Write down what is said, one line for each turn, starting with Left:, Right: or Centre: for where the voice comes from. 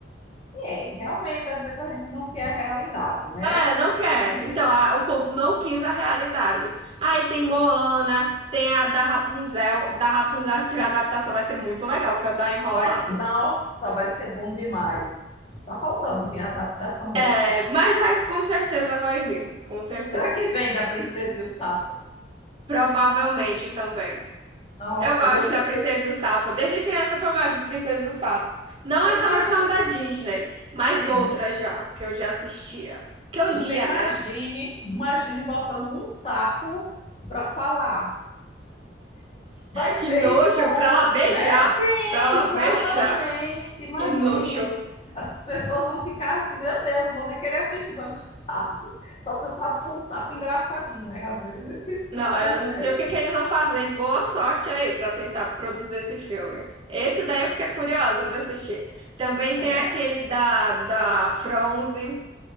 Left: Que é, realmente, às vezes a gente não quer a realidade, né?
Right: É, não quer.
Left: <laughs>
Right: Então, a- o povo não quis a realidade. Aí tem Moana, tem a da Rapunzel. Da Rapunzel, se tiver adaptação, vai ser muito legal, que é o da Enrolados.
Left: Vai, nossa, vai ser bom demais. Tá faltando vir a adaptação dessa.
Right: É, mas vai, com certeza vai vir. Com certeza.
Left: Será que vem da Princesa e o Sapo?
Right: Provavelmente também.
Left: Nossa,
Right: Eu gosto
Left: deve
Right: da
Left: ser.
Right: Princesa e o Sapo. Desde criança que eu gosto de Princesa e o Sapo. Não
Left: Você
Right: essa
Left: imagina.
Right: versão da Disney, mas
Left: Sim.
Right: outra já, que eu já assistia. Que eu lia,
Left: Você imagine,
Right: né?
Left: imagine botando um sapo para falar. vai
Right: Que
Left: ser
Right: nojo,
Left: icônico,
Right: pra lá beijar.
Left: né? Sim,
Right: Pra lá
Left: exatamente.
Right: beijar.
Left: Imagine,
Right: Que nojo.
Left: as pessoas vão ficar assim, meu Deus, não vou nem querer assistir, mas o sapo, só se o sapo for um sapo engraçadinho, né? Às vezes isso
Right: Não,
Left: acontece,
Right: eu não sei o que que eles vão fazer. e Boa sorte aí para tentar produzir esse filme. Esse daí eu fiquei curiosa para assistir. Também tem
Left: não é?
Right: aquele da, da Fronze.